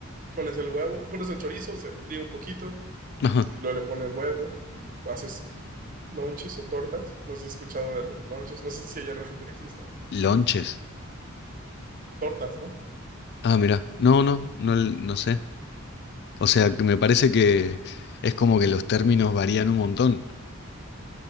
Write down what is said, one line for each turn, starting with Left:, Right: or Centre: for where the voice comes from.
Right: Pones el huevo, pones el chorizo, se fríe un poquito
Left: <laughs> ajá,
Right: y luego le pones huevo y haces lonches o tortas. No sé si has escuchado de los lonches. No sé si allá en Argentina existan.
Left: lonches.
Right: O tortas, ¿no?
Left: Ah, mira, no, no, no, l- no sé. O sea, que me parece que es como que los términos varían un montón.